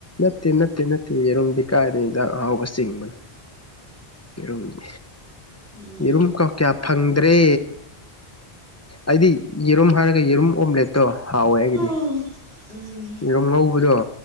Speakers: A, on the left; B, on the right.
A: ꯅꯠꯇꯦ ꯅꯠꯇꯦ ꯅꯠꯇꯦ ꯌꯦꯔꯨꯝꯗꯤ ꯀꯥꯏꯗꯩ ꯏꯟꯖꯥꯡ ꯑꯍꯥꯎꯕ ꯆꯤꯡꯕꯅ‌ꯣ ꯌ‌ꯦꯔꯨꯝꯗꯤ
B: ꯎꯝ
A: ꯌ‌ꯦꯔꯨꯝ ꯀꯥ ꯀꯌꯥ ꯐꯪꯗ꯭ꯔꯦ ꯑꯩꯗꯤ ꯌꯦꯔꯨꯝ ꯍꯥꯏꯔꯒ ꯌꯦꯔꯨꯝ ꯑꯣꯝꯂꯦꯠꯇꯣ ꯍꯥꯎꯋꯦ ꯑꯩꯒꯤꯗꯤ
B: ꯎꯝ ꯎꯝ
A: ꯌꯦꯔꯨꯝ ꯉꯧꯕꯗꯣ